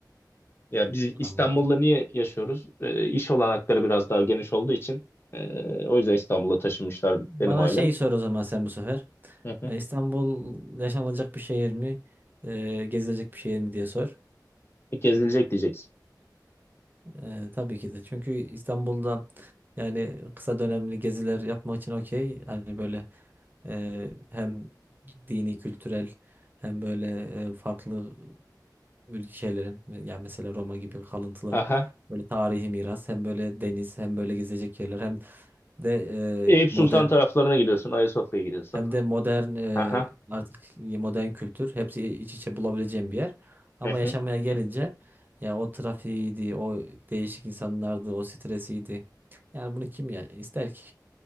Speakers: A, on the left (about 35°); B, on the right (about 25°).
A: Ya biz
B: Anladım.
A: İstanbul'da niye yaşıyoruz? E, iş olanakları biraz daha geniş olduğu için e, o yüzden İstanbul'a taşınmışlar
B: Bana
A: benim ailem.
B: şey sor o zaman sen bu sefer.
A: Hı hı.
B: E, İstanbul yaşanılacak bir şehir mi? E, gezilecek bir şehir mi diye sor.
A: E, gezilecek diyeceksin.
B: E, tabii ki de. Çünkü İstanbul'da yani kısa dönemli geziler yapmak için okey. Hani böyle Eee, hem dini, kültürel hem böyle eee, farklı ülke şeylerin yani mesela Roma gibi kalıntılar
A: Aha.
B: böyle tarihi miras hem böyle deniz hem böyle gezecek yerler hem de
A: Eyüp
B: eee,
A: Sultan
B: modern
A: taraflarına gidiyorsun, Ayasofya'ya gidiyorsun.
B: hem de modern eee,
A: Aha.
B: artık modern kültür hepsi iç içe bulabileceğim bir yer. Ama
A: Hı hı.
B: yaşamaya gelince ya o trafiğiydi, o değişik insanlardı, o stresiydi. Yani bunu kim ya ister ki?